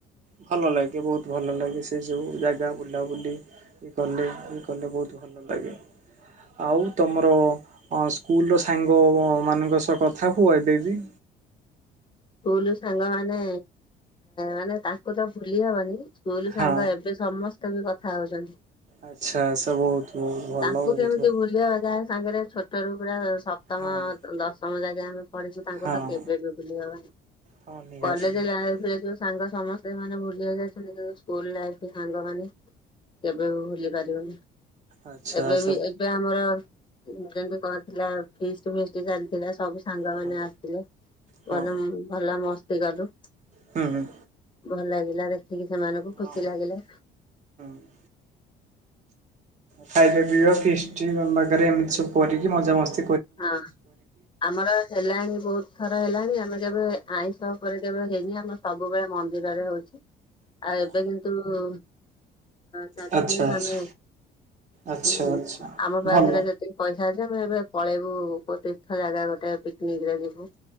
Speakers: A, on the right (about 45°); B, on the left (about 30°).
A: ଭଲ ଲାଗେ ବହୁତ ଭଲ ଲାଗେ ସେ ସବୁ ଜାଗା ବୁଲାବୁଲି ଇଏ କଲେ ଇଏ କଲେ ବହୁତ ଭଲ ଲାଗେ, ଆଉ ତମର ହଁ ସ୍କୁଲର ସାଙ୍ଗମାନଙ୍କ ସହ କଥା ହୁଅ ଏବେ ବି?
B: ସ୍କୁଲ ସାଙ୍ଗ ମାନେ ମାନେ ଆ ତାଙ୍କୁ ତ ଭୁଲି ହବନି। ସ୍କୁଲ
A: ହଁ
B: ସାଙ୍ଗ ଏବେ ସମସ୍ତେ ବି କଥା ହଉଚନ୍ତି।
A: ଆଚ୍ଛା ସବହୁତ ବହୁତ। ଭଲ
B: ତାଙ୍କୁ
A: ବହୁତ
B: ବି କେମିତି
A: ଭଲ।
B: ଭୁଲିବା ଯାହା ସାଙ୍ଗରେ ଛୋଟ ରୁ ପୁରା ସପ୍ତମ
A: ହଁ
B: ଦଶମ ଯାଏଁ କି ଆମେ ପଢିଚୁ ତାଙ୍କୁ
A: ହଁ
B: ତ କେବେ ବି ଭୁଲି ହବନି,
A: ହଁ ନିହାତି
B: କଲେଜ
A: ନିହାତି
B: ଯାଏଁ ଯେ ସାଙ୍ଗ ସମସ୍ତେ ମାନେ ବୁଲିବାକୁ ଯାଇଚନ୍ତି କେବେ ସ୍କୁଲ ଲାଇଫ ସାଙ୍ଗମାନେ କେବେ ଭୁଲି ପାରିବନି।
A: ଆଚ୍ଛା
B: ଏବେ
A: ଆଚ୍ଛା
B: ବି ଏବେ ଆମର ଯେମିତି କରିଥିଲା ଫିଷ୍ଟ ଫିଷ୍ଟ ଚାଲିଥିଲା ସବୁ ସାଙ୍ଗ
A: ହଁ
B: ମାନେ ଆସିଲେ
A: ହଁ
B: ଭଲ, ଭଲ ମସ୍ତି କଲୁ।
A: ହୁଁ ହୁଁ।
B: ଭଲ ଲାଗିଲା ଦେଖିକି ସେମାନଙ୍କୁ
A: ହଁ
B: ଖୁସି
A: ହଁ
B: ଲାଗିଲା।
A: ହୁଁ। ଖାଇବା ପିଇବା ଫିଷ୍ଟ ରନ୍ଧାକରିବା ଏମିତି ସବୁ କରିକି ମଜା ମସ୍ତି
B: ହଁ ଆମର ହେଲାଣି ବହୁତ ଥର ହେଲାଣି ଆମେ କେବେ ଆଇଁଷ ଉପରେ କେବେ ହେଇନି ଆମର ସବୁବେଳେ ମନ୍ଦିରରେ ହଉଚି। ଆଉ ଏବେ କିନ୍ତୁ ଉଁ ଚାରି
A: ଆଚ୍ଛା
B: ଦିନ
A: ଆଚ୍ଛା
B: ଆମେ ହୁଁ
A: ଆଚ୍ଛା ଆଚ୍ଛା
B: ଆମ ପାଖରେ
A: ଭଲ
B: ଯେତିକି ପଇସା ଅଛି ଆମ ଏବେ ପଳେଇବୁ କୋଉ ତୀର୍ଥ ଜାଗା ଗୋଟେ ପିକନିକରେ ଯିବୁ।